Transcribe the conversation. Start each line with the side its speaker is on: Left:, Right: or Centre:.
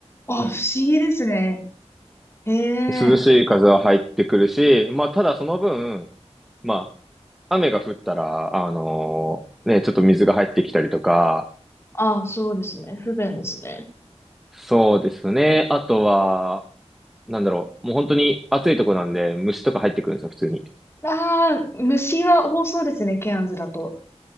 Left: あ、不思議ですね。ええ
Centre: 涼しい風は入ってくるし、まあ、ただその分、まあ、雨が降ったら、あのね、ちょっと水が入ってきたりとか、
Left: ああ、そうですね。不便ですね。
Centre: そうですね。あとは、なんだろう。もう本当に暑いとこなんで、虫とか入ってくるんですよ、普通に。
Left: ああ、虫は多そうですね、ケアンズだと。